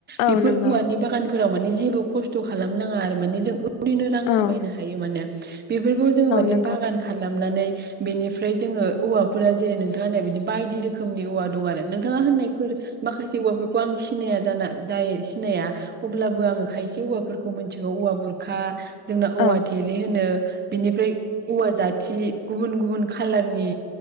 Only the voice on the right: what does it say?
बेफोर
औवानि
बागानफोराव माने जेबो खस्थ खालामनाङा आरो माने जों। रैनो
रां खामायनो। थायो माने बेफोरखौ जोङो माने
बागान खालामनानै। बेनिफ्राय जोङो औवाफोरा जेरै नोंथां होन्नाय बिदि बायदि रोखोमनि औवा दं आरो नों। थाङा होननायफोर माखासे औवाफोरखौ आं। सिनाया जाना जायो सिनाया। अब्लाबो आङो खायसे औवाफोरखौ मोनथि बे औवा बुरखा। जोंना औवा।
थेरे होनो बिनिफ्राय औवा जाथि। गुबुन गुबुन खाालारनि